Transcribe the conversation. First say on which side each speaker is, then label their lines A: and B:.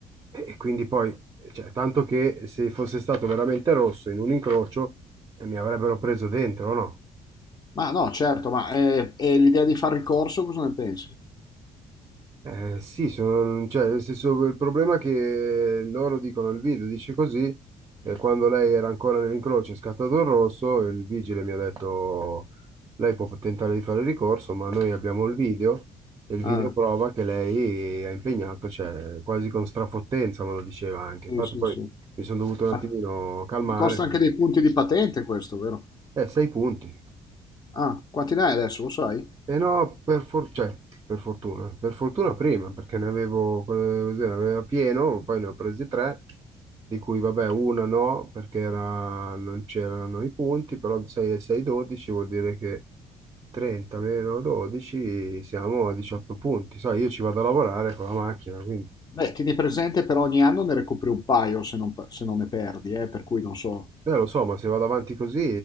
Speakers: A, on the right (about 30°); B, on the left (about 30°).
A: e, e quindi poi, cioè, tanto che se fosse stato veramente rosso in un incrocio eh, mi avrebbero preso dentro, no?
B: Ma no, certo, ma eh, e l'idea di fare ricorso, cosa ne pensi?
A: Eh, sì, sono, cioè, nel senso, il problema è che loro dicono, il video dice così, e quando lei era ancora nell'incrocio e è scattato il rosso, il vigile mi ha detto, lei può tentare di fare ricorso, ma noi abbiamo il video, e il
B: Ah,
A: video prova che lei ha impegnato, cioè, quasi con strafottenza me lo diceva anche.
B: sì,
A: Infatti
B: sì,
A: poi
B: sì.
A: mi sono dovuto un attimino
B: Ma
A: calmare,
B: ti costa
A: perché,
B: anche dei punti di patente questo, vero?
A: eh, sei punti.
B: Ah, quanti ne hai adesso, lo sai?
A: E no, per, for- cioè, per fortuna, per fortuna prima, perché ne avevo, così, ne aveva pieno, poi ne ho presi tre, di cui vabbè una no, perché era- non c'erano i punti, però 6 e 6, 12 vuol dire che 30 meno 12 siamo a 18 punti, sai, io ci vado a lavorare con la macchina, quindi...
B: Beh, tieni presente per ogni anno ne recuperi un paio se non, se non ne perdi, eh, per cui non so.
A: Eh, lo so, ma se vado avanti così,